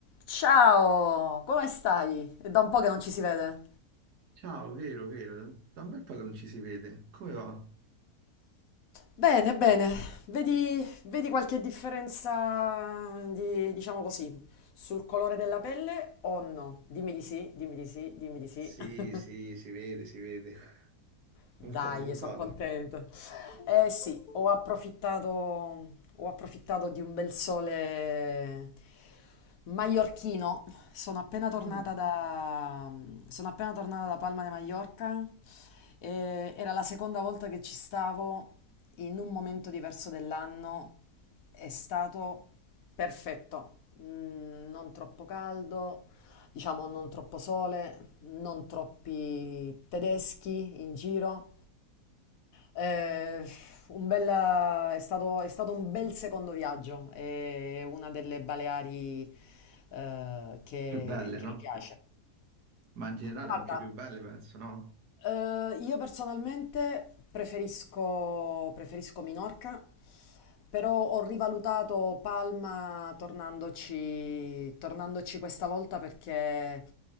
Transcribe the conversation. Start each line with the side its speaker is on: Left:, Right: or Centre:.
Left: Ciao, come stai? È da un po' che non ci si vede.
Right: Ciao, vero, vero, da un bel po' che non ci si vede. Come va?
Left: Bene, bene. Vedi, vedi qualche differenza di, diciamo così, sul colore della pelle o no? Dimmi di sì, dimmi di sì, dimmi di sì.
Right: Sì,
Left: <laughs>
Right: sì, si vede, si vede. <laughs>
Left: Dai,
Right: Molto abbronzata.
Left: sono contenta. Eh sì, ho approfittato, ho approfittato di un bel sole maiorchino. Sono appena tornata
Right: Ah.
Left: da, sono appena tornata da Palma de Mallorca. e era la seconda volta che ci stavo in un momento diverso dell'anno. È stato perfetto. Mm, non troppo caldo, diciamo non troppo sole, non troppi tedeschi in giro. Eh, un bel, è stato, è stato un bel secondo viaggio, è una delle Baleari eh, che,
Right: Più belle,
Left: che
Right: no?
Left: mi piace.
Right: Ma in generale
Left: Guarda,
Right: anche più belle, penso, no?
Left: eh, io personalmente preferisco, preferisco Minorca, però ho rivalutato Palma tornandoci, tornandoci questa volta perché